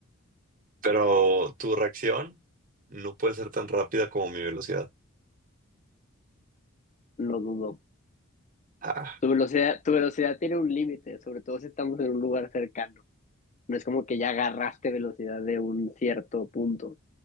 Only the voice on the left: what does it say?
lo dudo.
Tu velocidad, tu velocidad tiene un límite, sobre todo si estamos en un lugar cercano. No es como que ya agarraste velocidad de un cierto punto.